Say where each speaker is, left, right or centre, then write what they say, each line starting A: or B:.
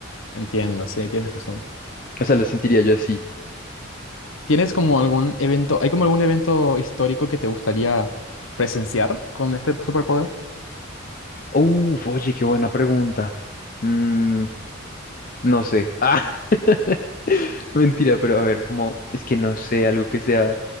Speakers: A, on the left; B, on the left.
A: Entiendo, sí, tienes razón.
B: O sea, lo sentiría yo así.
A: ¿Tienes como algún evento, hay como algún evento histórico que te gustaría presenciar con este superpoder?
B: Uf, oye, qué buena pregunta. Mm, No sé. Ah, <laughs> mentira, pero a ver, como es que no sé, algo que sea,